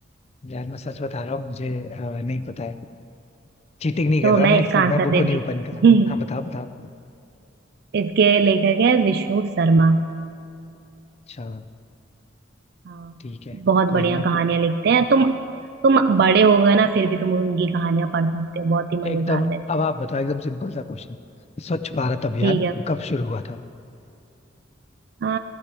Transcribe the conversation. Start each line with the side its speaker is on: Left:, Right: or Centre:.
Left: यार मैं सच बता रहा हूँ मुझे आ, नहीं पता है चीटिंग नहीं कर
Right: तो
Left: रहा
Right: मैं
Left: मैं
Right: इसका
Left: इसलिए
Right: आंसर
Left: मैं बुक
Right: देती
Left: को नहीं ओपन कर रहा
Right: हूँ
Left: हाँ बताओ
Right: <laughs>
Left: बताओ
Right: इसके लेखक है विष्णु शर्मा
Left: अच्छा
Right: हाँ
Left: ठीक है
Right: बहुत
Left: कोई
Right: बढ़िया
Left: नहीं अभी
Right: कहानियां लिखते हैं तुम तुम बड़े हो गए ना फिर भी तुम उनकी कहानियां पढ़ सकते हो बहुत ही मजेदार
Left: एकदम
Right: रहती
Left: अब
Right: है
Left: आप बताओ एकदम सिंपल सा क्वेश्चन स्वच्छ भारत अभियान
Right: ठीक है
Left: कब शुरू हुआ था
Right: आ,